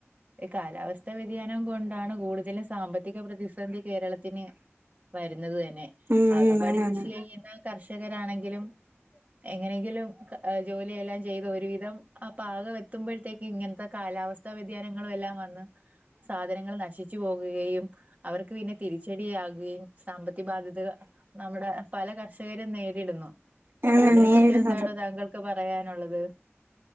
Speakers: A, on the right; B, on the right.
A: ഈ കാലാവസ്ഥ വ്യതിയാനം കൊണ്ടാണ് കൂടുതലും സാമ്പത്തിക പ്രതിസന്ധി കേരളത്തി ത്തിന് വരുന്നത് തന്നെ
B: ഉം
A: ആകപ്പാട്
B: ഉം ആന്നാന്ന്
A: കൃഷി ചെയുന്ന കർഷകർ. കരാണെങ്കിലും എങ്ങനെയെങ്കിലും ജോലിയെല്ലാം ചെയ്ത ഒരുവിധം ആ പാകം എത്തുമ്പോഴത്തേക്ക് ഇങ്ങനത്തെ കാലാവസ്ഥ വ്യതിയാനങ്ങളും എല്ലാം വന്ന്. സാധനങ്ങൾ നശിച്ചു പോകുകയും അവർക്ക് പിന്നെ തിരിച്ചടിയാകുകയും സാമ്പത്തിക ബാധ്യത നമ്മുടെ പല കർഷകരും നേരി ടുന്നു
B: ആ
A: അതിനെ
B: നേരിടുന്നുണ്ട്
A: കുറിച്ച് എന്താണ് താങ്കൾക്ക് പറയാനുള്ളത്